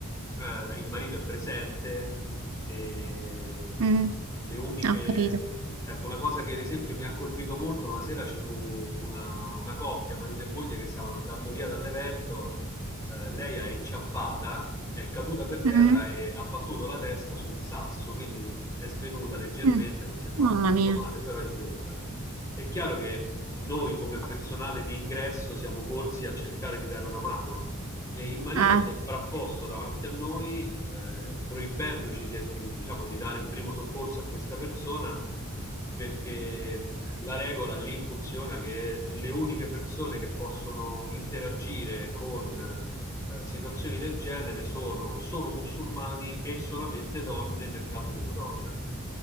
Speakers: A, on the left; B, on the right.
A: eh, il marito è presente e mh,
B: Mm.
A: le uniche...
B: Ah, Ho capito.
A: Ecco, una cosa che ad esempio mi ha colpito molto, una sera ci fu una, una coppia, marito e moglie, che stavano andando via dall'evento, eh, lei è inciampata, è caduta per terra
B: Mm,
A: e ha battuto la testa su un sasso, quindi è svenuta leggermente,
B: mm.
A: non si è fatta
B: Mamma
A: molto
B: mia.
A: male, però è svenuta. È chiaro che noi come personale di ingresso siamo corsi a cercare di dare una mano e il marito
B: Eh.
A: si è frapposto davanti a noi eh, proibendoci di, di- diciamo, di dare il primo soccorso a questa persona perché la regola lì funziona che le uniche persone che possono interagire con eh, situazioni del genere sono solo musulmani e solamente donne nel caso di una donna.